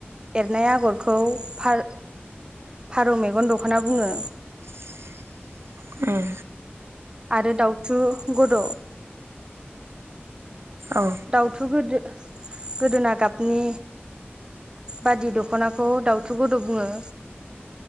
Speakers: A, on the right; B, on the right.
A: एरनाय आगरखौ फार फारौ मेगन दख'ना बुङो।
B: <inaudible> उम
A: आरो दाउथु गद'।
B: औ
A: दाउथु गोदो गोदोना गाबनि। बादि दख'नाखौ दाउथु गुद' बुङो।